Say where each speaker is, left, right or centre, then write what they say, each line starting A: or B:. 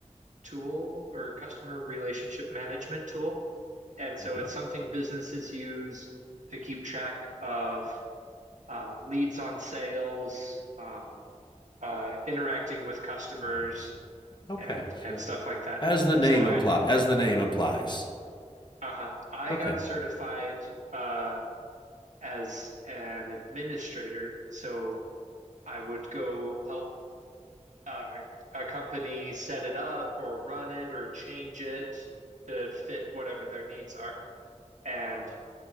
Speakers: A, on the right (about 75°); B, on the left (about 35°).
A: tool or customer relationship management tool. And so
B: Okay.
A: it's something businesses use to keep track of uh, leads on sales, um, uh, interacting with customers,
B: All right. Okay.
A: and and
B: So,
A: stuff like that.
B: as the name
A: So I
B: imply, as the name implies.
A: uh-huh, I
B: Okay.
A: got certified uh, as an administrator, so I would go help uh, a company set it up or run it or change it to fit whatever their needs are. And